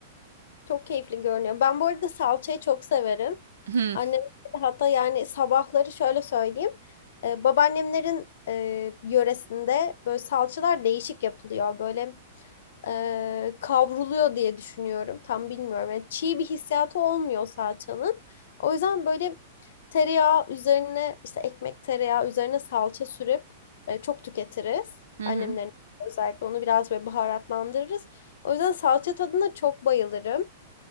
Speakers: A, on the left; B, on the right.
A: Çok keyifli görünüyor. Ben bu arada salçayı çok severim.
B: <laughs>
A: Annem hatta yani sabahları şöyle söyleyeyim. Ee, babaannemlerin e, yöresinde böyle salçalar değişik yapılıyor. Böyle e, kavruluyor diye düşünüyorum. Tam bilmiyorum. Yani çiğ bir hissiyatı olmuyor salçanın. O yüzden böyle tereyağı üzerine işte ekmek tereyağı üzerine salça sürüp e, çok tüketiriz.
B: Hı
A: Annemlerin
B: hı.
A: özellikle onu biraz böyle baharatlandırırız. O yüzden salça tadına çok bayılırım.